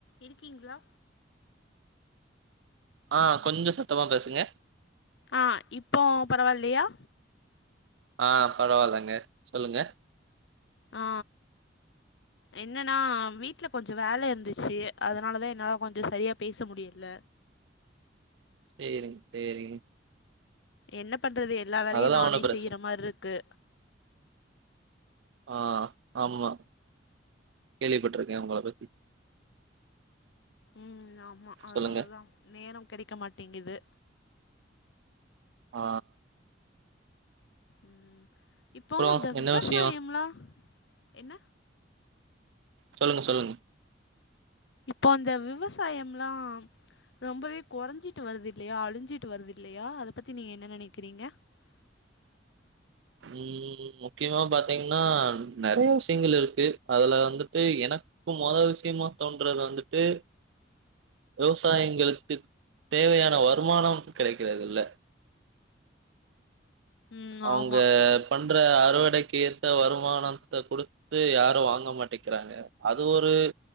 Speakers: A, on the left (about 70°); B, on the right (about 75°).
A: இருக்கீங்கிளா
B: ஆ கொஞ்சம் சத்தமா பேசுங்க
A: ஆ இப்போ பரவாயில்லையா
B: ஆ பரவாயில்லங்க சொல்லுங்க
A: ஆ என்னன்னா வீட்ல கொஞ்சம் வேல இருந்துச்சி அதனால தா என்னால கொஞ்சம் சரியா பேச முடியில
B: சேரிங்க சேரிங்க
A: என்ன பண்றது எல்லா வேலையு
B: அதெல்லா
A: நானே
B: ஒண்ணு பிரச்சன
A: செய்யற மாரி இருக்கு
B: ஆ ஆமா கேள்விப்பட்டுருக்கன் உங்கள பத்தி
A: ம் ஆமா அதனாலதா
B: சொல்லுங்க
A: நேரம் கெடைக்க மாட்டேங்கிது
B: ஆ
A: ம் இப்போ
B: அப்றோ
A: இந்த விவசாயம்லா
B: என்ன விஷயோ
A: என்ன
B: சொல்லுங்க சொல்லுங்க
A: இப்போ அந்த விவசாயம்லா ரொம்பவே கெறஞ்சிட்டு வருது இல்லையா அழிஞ்சிட்டு வருது இல்லையா அத பத்தி நீங்க என்ன நெனக்கிறீங்க <inaudible>
B: ம் முக்கியமா பாத்தீங்கன்னா நறையா விஷியங்கள் இருக்கு அதுல வந்துட்டு எனக் கு மொத விஷியமா தோன்றது வந்துட்டு விவசாயிங்களுக்கு தேவையான வருமானம் கெடைக்கறது இல்ல
A: ம்
B: அவுங்க
A: ஆமா
B: பண்ற அறுவடைக்கு ஏத்த வருமானத்த குடுத்து யாரும் வாங்க மாட்டிக்கிறாங்க அது ஒரு